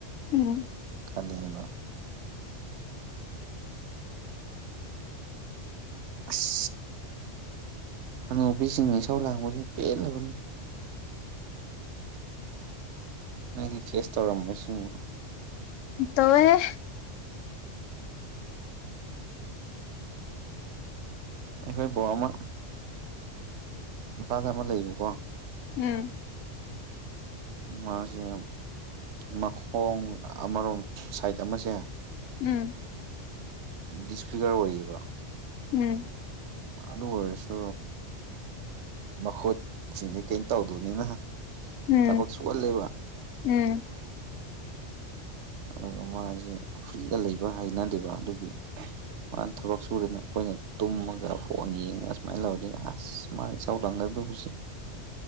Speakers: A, on the left; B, on the right.
A: ꯎꯝ
B: ꯈꯥꯜꯂꯦꯕ ꯑꯁ ꯍꯅꯨꯕꯤꯁꯤꯡꯙ ꯏꯁꯧ ꯂꯥꯡꯕꯁꯦ ꯄꯦꯜꯂꯕꯅꯤ ꯃꯣꯏꯗꯤ ꯐꯦꯁ ꯇꯧꯔꯝꯃꯣꯏ ꯁꯤꯝ
A: ꯇꯧꯋꯦ
B: ꯑꯩꯈꯣꯏ ꯕꯣꯛ ꯑꯃ ꯏꯝꯐꯥꯜꯗ ꯑꯃ ꯂꯩꯌꯦꯕꯀꯣ
A: ꯎꯝ
B: ꯃꯥꯖꯦ ꯃꯈꯣꯡ ꯑꯃꯔꯣꯝ ꯁꯥꯏꯠ ꯑꯃꯁꯦ
A: ꯎꯝ
B: ꯗꯤꯁꯐꯤꯒꯔ ꯑꯣꯏꯔꯤꯕ꯭ꯔꯥ
A: ꯎꯝ
B: ꯑꯗꯨ ꯑꯣꯏꯔꯁꯨ ꯃꯈꯨꯠꯁꯤꯡꯗꯤ ꯀꯩꯝ ꯇꯧꯗꯕꯅꯤꯅ
A: ꯎꯝ
B: ꯊꯕꯛ ꯁꯨꯒꯜꯂꯦꯕ
A: ꯎꯝ
B: ꯑꯗꯨꯒ ꯃꯥꯖꯤ ꯐ꯭ꯔꯤꯗ ꯂꯩꯕ ꯍꯩꯅꯗꯦꯕ ꯑꯗꯨꯒꯤ ꯃꯥꯅ ꯊꯕꯛ ꯁꯨꯔꯅ ꯑꯈꯣꯏꯅ ꯇꯨꯝꯃꯒ ꯐꯣꯟ ꯌꯦꯡꯉ ꯁꯨꯃꯥꯏꯅ ꯇꯧꯔꯗꯤ ꯑꯁ ꯃꯥꯥꯅ ꯏꯁꯧ ꯂꯥꯡꯅꯔꯝꯗꯧꯕꯁꯤ